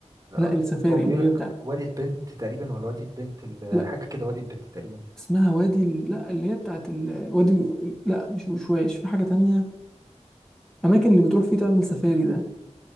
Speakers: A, on the right; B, in the centre.
A: آه.
B: لا السفاري
A: هو بيقول
B: اللي
A: لك
B: هي بتاع
A: وادي البنت تقريبا ولا وادي البنت ال-
B: لا
A: حاجة كده وادي البنت تقريبا
B: اسمها وادي ال- لا اللي هي بتاعت ال... وادي ال... لا مش وشواش في حاجة تانية أماكن اللي بتروح فيه تعمل سفاري ده